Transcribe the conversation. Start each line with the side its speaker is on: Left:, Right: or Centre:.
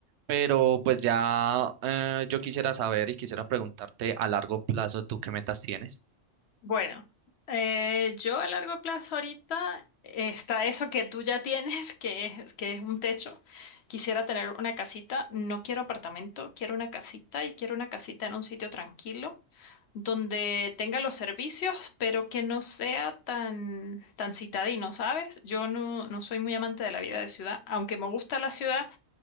Right: Pero pues ya eh, yo quisiera saber y quisiera preguntarte a largo plazo, ¿tú qué metas tienes?
Left: Bueno, eh, yo a largo plazo ahorita eh, está eso que tú ya tienes, <laughs> que es, que es un techo. Quisiera tener una casita, no quiero apartamento, quiero una casita y quiero una casita en un sitio tranquilo, donde tenga los servicios, pero que no sea tan, tan citadino, ¿sabes? Yo no, no soy muy amante de la vida de ciudad, aunque me gusta la ciudad.